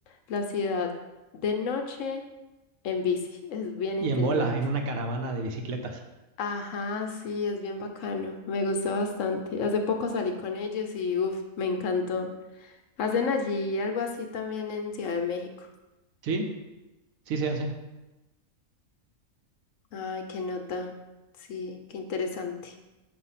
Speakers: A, on the left; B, on the right.
A: la ciudad de noche en bici, es bien
B: Y
A: interesante.
B: en bola, en una caravana de bicicletas.
A: Ajá, sí, es bien bacano. Me gusta bastante. Hace poco salí con ellos y uff, me encantó. Hacen allí algo así también en Ciudad de México.
B: Sí, sí se hace.
A: Ay, qué nota. Sí, qué interesante.